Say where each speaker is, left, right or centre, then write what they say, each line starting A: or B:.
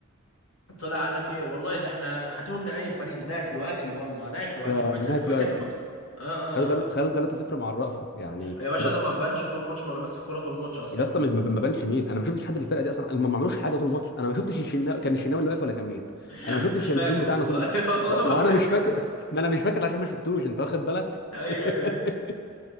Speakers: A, on the left; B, on the left.
A: طلع قال لك ايه والله ده احنا هاتوا لنا اي فريق ناكله اكل والله ناكله
B: اه
A: اكل فاكر
B: ناكل
A: فاكر
B: اكل
A: لما كان آه,
B: خدوا
A: آه, اه
B: تل- خدوا 3-0 مع الرأفة يعني
A: يا باشا
B: ما-
A: ده ما بانش طول الماتش ما لمس الكوره طول الماتش اصلا
B: يا اسطى مش- ما ما بانش مين انا ما شفتش حد في الفرقه دي اصلا هم ما عملوش حاجه طول الماتش انا ما شفتش الشنا... كان الشناوي اللي واقف ولا كان مين
A: <laughs>
B: انا ما شفتش
A: مش فاكر
B: الجون بتاعنا
A: والله
B: طول الماتش
A: <laughs> والله
B: و- ما
A: ما
B: هو
A: فاكر
B: انا مش فاكر
A: يا اسطى
B: <laughs> ما انا مش فاكر عشان ما شفتوش انت واخد بالك
A: ايوه
B: <laughs>
A: ايوه ايوه